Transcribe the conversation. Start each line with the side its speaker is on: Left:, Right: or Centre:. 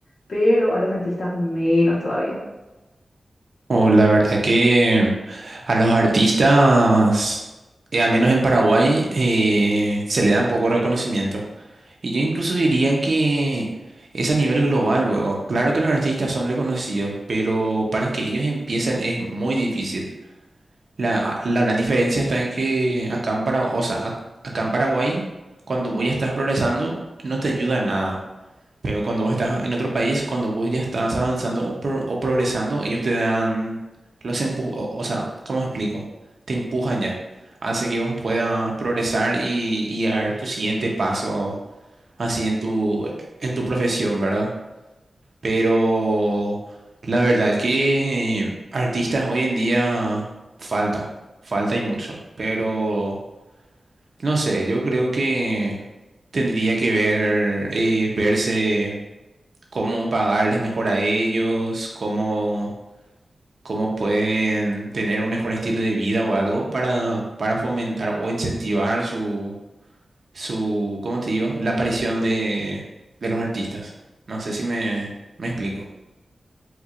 Left: pero a los artistas menos todavía.
Right: O la verdad que a los artistas, eh, al menos en Paraguay, eh, se le da un poco reconocimiento. Y yo incluso diría que es a nivel global luego. Claro que los artistas son reconocidos, pero para que ellos empiecen es muy difícil. La, ah, la gran diferencia está en que acá en Paraguay, o sea, ac- acá en Paraguay, cuando vos ya estás progresando, no te ayuda nada. Pero cuando vos estás en otro país, cuando vos ya estás avanzando o, pro- o progresando, ellos te dan los empujos, o o sea, ¿cómo explico? Te empujan ya. Hace que vos puedas progresar y, y dar tu siguiente paso así en tu, en tu profesión, ¿verdad? Pero la verdad que artistas hoy en día falta, falta y mucho. Pero no sé, yo creo que tendría que ver, eh, verse cómo pagarles mejor a ellos, cómo, cómo pueden tener un mejor estilo de vida o algo para, para fomentar o incentivar su, su, ¿cómo te digo? La aparición de, de los artistas. No sé si me, me explico.